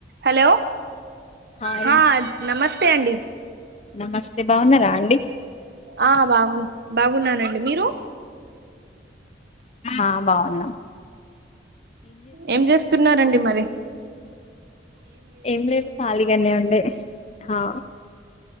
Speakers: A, on the right (about 60°); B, on the left (about 35°).
A: Hello
B: hi
A: హా నమస్తే అండి
B: నమస్తే బావున్నరా అండి
A: ఆ బాగున్ బాగున్నానండి మీరు
B: ఆ బాగున్నాం
A: ఏం జేస్తున్నారండి మరె
B: ఏం లేదు ఖళీగనే ఉండే హా